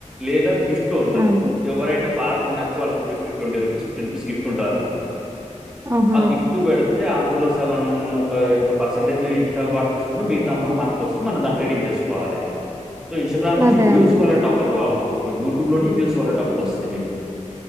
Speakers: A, in the centre; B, on the right.
A: లేదా గిఫ్ ఉంటది
B: అదే.
A: ఎవరైనా బాగా నచ్చి వాళ్ళకిి gift twenty rupees fifteen rupees gift ఉంటది
B: ఆహా!
A: ఆ గిఫ్ట్ పెడ్ తే అందులో సగం ఒక ఎంత పర్సంటేజ్ ఇస్ాగా వాడు తీసుకుంటే మిగత అమౌంట్ మనకు వస్తే మనం దాన్ని రీడిమ్ చేస్ సుకోవాలే సో ఇన్స్టాగ్రామ్ నుంచి
B: అదే.
A: వ్యూస్
B: అదే.
A: వల్ల డబ్బులు రావు ఒక యూట్యూబ్ లోని వ్యూస్ వల్ల డబ్బులు వస్తాయి మీకు